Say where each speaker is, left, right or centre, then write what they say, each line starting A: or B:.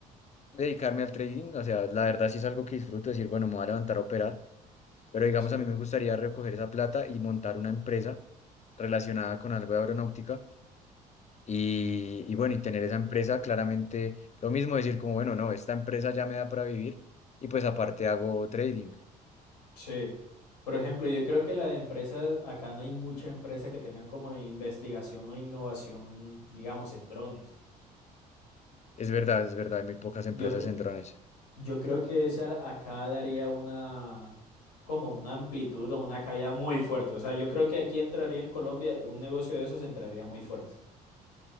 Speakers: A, on the left (about 35°); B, on the left (about 85°).
A: dedicarme al trading, o sea, la verdad sí es algo que disfruto, decir, bueno, me voy a levantar a operar, pero digamos,
B: sí.
A: a mí me gustaría recoger esa plata y montar una empresa relacionada con algo de aeronáutica y, y bueno, y tener esa empresa claramente lo mismo, decir como, bueno, no, esta empresa ya me da para vivir y pues aparte hago trading.
B: Sí. Por ejemplo, yo creo que la de empresas, acá no hay mucha empresa que tengan como investigación o innovación, digamos, en drones.
A: Es verdad, es verdad, hay muy pocas empresas
B: Yo creo,
A: en drones.
B: yo creo que esa ar- acá daría una, como una amplitud o una caída muy fuerte. O sea, yo creo que aquí entraría en Colombia, un negocio de esos entraría muy fuerte.